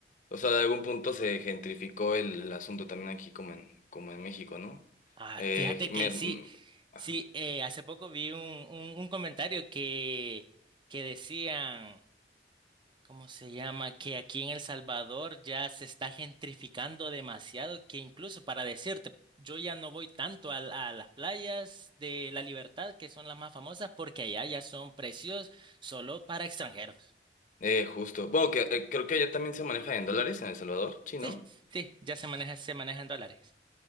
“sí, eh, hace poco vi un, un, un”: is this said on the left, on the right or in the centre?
Right